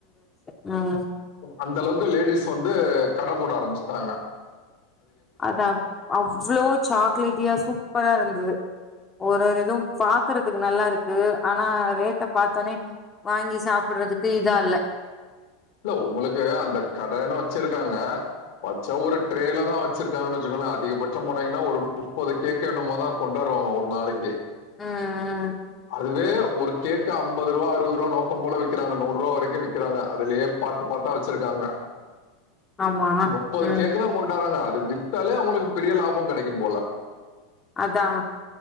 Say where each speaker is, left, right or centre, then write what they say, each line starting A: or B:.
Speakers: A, on the left; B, on the left.
A: ம்
B: அந்த அளவுக்கு லேடிஸ் வந்து கடை போட ஆரம்பிச்சிட்டாங்க
A: அதா அவ்வளோ சாக்லேட்டியா சூப்பரா இருந்து ஒரு ஒரு இதுவு பாக்குறதுக்கு நல்லா இருக்கு ஆனா ரேட்டை பாத்தோனே வாங்கி சாப்பிடுறதுக்கு இதெதான்ல்ல
B: இல்ல உங்களுக்கு அந்த கடனு வச்சிருக்காங்க வச்ச ஒரு ட்ரெயல தா வச்சிருக்கான்னு வாட்சிக்கோங்களே அதிகபட்சம் போனங்கன்னா ஒரு முப்பது கேக்க என்னம தான் கொண்டார ரோ ஒரு நாளைக்கு
A: ம் ம்
B: அதுவே ஒரு கேக் அம்பது ரூபா அறுபது ரூா நோக்கம் போல விக்கிறாங்க நூறு ரூப வரைக்கும் விக்குறாங்க அதுலயே பாட்டு பாட்டா வச்சிருக்காங்க
A: ஆமா
B: முப்பது
A: ம்
B: கேக்கு தா கொண்டறாங்க அதுகே வித்தலே ஒங்ளுக்கு பெரிய லாபங்கெடக்கிம்போல
A: அதா